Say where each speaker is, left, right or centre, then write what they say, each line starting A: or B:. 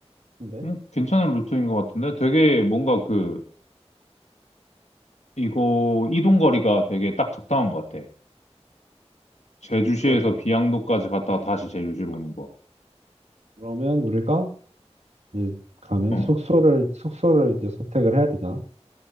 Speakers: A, on the right; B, on the left.
A: 근데
B: 음, 괜찮은 루트인 것 같은데? 되게 뭔가 그, 이거 이동 거리가 되게 딱 적당한 것 같아. 제주시에서
A: 그-
B: 비양도까지 갔다가 다시 제주시로 오는 거.
A: 그러면 우리가 이제 가면
B: 어,
A: 숙소를 숙소를 이제 선택을 해야 되잖아.